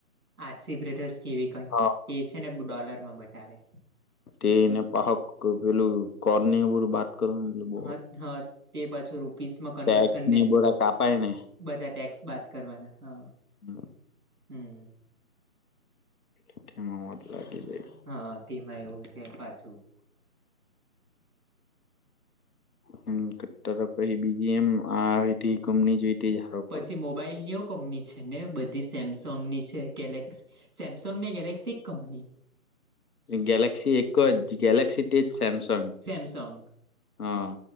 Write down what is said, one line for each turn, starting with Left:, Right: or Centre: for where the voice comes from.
Right: આસી બ્રધર્સ કેવી કઈ
Left: હા
Right: તે છે ને ડોલર માં બતાવે.
Left: તેનેપહક પલું કરને એ બર બાત. કરો એટલે બ
Right: હા હા તે પાછું રૂપીસમાં કન્વર્ટ
Left: ટેસ
Right: કરીને
Left: બો કાપાય ને.
Right: બધા ટેક્સ બાદ કરવાના હા.
Left: હા.
Right: હમ.
Left: એ તેમાં મત લાગી જાય.
Right: હા તેમાં એવું છે પાછું.
Left: હમ પછી બીજી એમ આ રી કમની જોઈ. તે જ હારું
Right: પછી મોબાઈલ યોગ. કંપની છે ને બધી સેમસંગ ની છે ગેલેક્સી સેમસંગ ને ગેલેક્સી કંપની.
Left: ગેલાક્સી એકકો જ ગેલાક્સી. એજ સેમસંગ
Right: સેમસંગ
Left: હા.